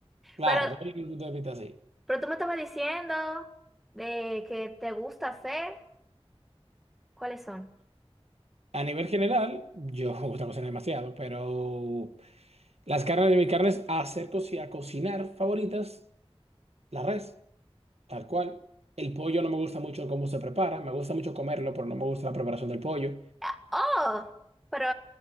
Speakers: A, on the right (about 80°); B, in the centre.
A: Claro,
B: Pero,
A: doy un punto de vista así.
B: pero tú me estabas diciendo de que te gusta hacer. ¿Cuáles son?
A: A nivel general, yo <laughs> me gusta cocinar demasiado, pero las carnes de mis carnes hacer coci- a cocinar favoritas, la res, tal cual. El pollo no me gusta mucho cómo se prepara, me gusta mucho comerlo, pero no me gusta la preparación del pollo.
B: Ah, Oh, pero